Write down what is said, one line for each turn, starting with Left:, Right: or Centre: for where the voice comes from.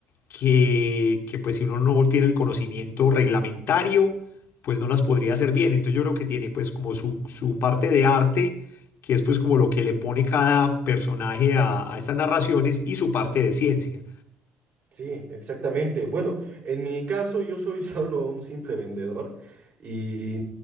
Left: que, que, pues si uno no tiene el conocimiento reglamentario, pues no las podría hacer bien. Entonces yo creo que tiene pues como su, su parte de arte, que es pues como lo que le pone cada personaje a, a estas narraciones y su parte de ciencia.
Right: Sí, exactamente. Bueno, en mi caso yo soy <laughs> solo un simple vendedor y